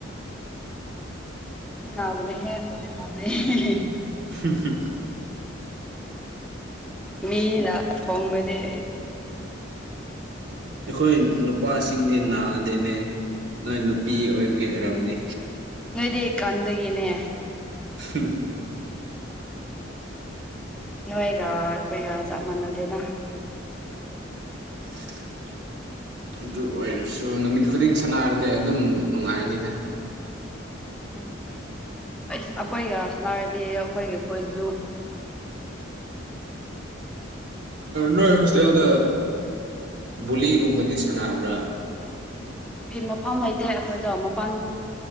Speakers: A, in the centre; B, on the right (about 65°).
A: ꯈꯨꯠꯇꯤ ꯅꯥꯕꯅꯦꯍꯦ ꯕꯣꯂꯤ ꯕꯣꯜꯗꯤ ꯍꯦꯍꯦ
B: ꯍꯨꯝ ꯍꯨꯝ
A: ꯃꯤꯅ ꯊꯣꯡꯔꯗꯤ
B: ꯑꯩꯈꯣꯏ ꯅꯨꯄꯥꯁꯤꯡꯗꯤ ꯅꯥꯗꯦꯅꯦ ꯅꯣꯏ ꯅꯨꯄꯤ ꯑꯣꯏꯕꯒꯤ ꯑꯣꯏꯔꯝꯅꯤ
A: ꯅꯣꯏꯗꯤ ꯀꯟꯗꯒꯤꯅꯦ
B: ꯍꯤ ꯍꯝ
A: ꯅꯣꯏꯒ ꯑꯩꯈꯣꯏꯒ ꯆꯞ ꯃꯥꯟꯅꯗꯦꯅ
B: <unintelligible> ꯑꯗꯨ ꯑꯣꯏꯔꯁꯨ ꯅꯨꯃꯤꯠ ꯈꯨꯗꯤꯡ ꯁꯥꯟꯅꯔꯗꯤ ꯑꯗꯨꯝ ꯅꯨꯡꯉꯥꯏꯅꯤꯗ
A: ꯎꯝ ꯑꯩꯁ ꯑꯩꯈꯣꯏꯒ ꯁꯅꯔꯗꯤ ꯑꯩꯈꯣꯏꯒꯤ ꯀꯣꯏꯕꯗꯨ
B: ꯅꯣꯏ ꯍꯣꯁꯇꯦꯜꯗ ꯕꯨꯂꯤꯒꯨꯝꯕꯗꯤ ꯁꯥꯟꯅꯕ꯭ꯔꯥ <inaudible>
A: ꯃꯐꯝ ꯂꯩꯇꯦ ꯑꯩꯈꯣꯏꯗꯣ ꯃꯄꯥꯟ